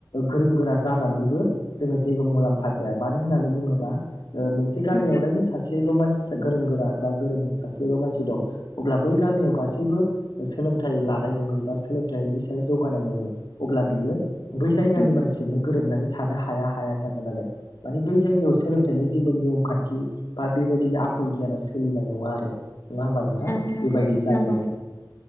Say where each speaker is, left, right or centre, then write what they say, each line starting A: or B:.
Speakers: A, on the left; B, on the left.
A: गोरों गोरा जा नानैबो जोङो जेबो मुलाम्फा जाया मानो होननानै बुङोबा ओ मोनसे गामियावनो
B: उम उम
A: सासेल' अ मानसिसो गोरों गोरा बा गोरों सासेल' मानसि दं अब्ला बै गामियाव गासैबो सो सोलोंथाइ लानाय नङै बा सोलोंथाइनि सायाव जौगानाय नङै अब्ला बियो बै जायगानि
B: उम
A: मानसिजोंनो गोरोबनानै थानो हाया हाया जागोन आरो मानि बै जायगायाव सोलोंथाइनि जेबो निअमखान्थि बा बेबायदिनो आखल गियाना सोलिनाय नङा आरो नङा होमबा नों थां
B: औ नंगौ
A: बेबायदि जायो
B: नंगौ
A: आरो